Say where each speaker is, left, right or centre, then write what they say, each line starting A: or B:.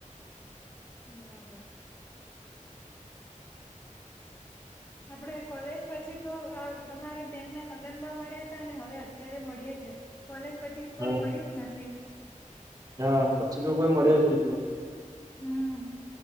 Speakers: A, on the left (about 15°); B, on the right (about 25°).
A: બરાબર. આપડે કોલેજ પછી તો અહ તમારા બેનના લગ્નમાં મળ્યા તા, ને હવે અત્યારે મળીએ છે. કોલેજ પછી કોઈ
B: હા
A: મળ્યું જ નથી.
B: હા પછી તો કોઈ મળ્યા જ નથી <unintelligible>
A: હમ્મ.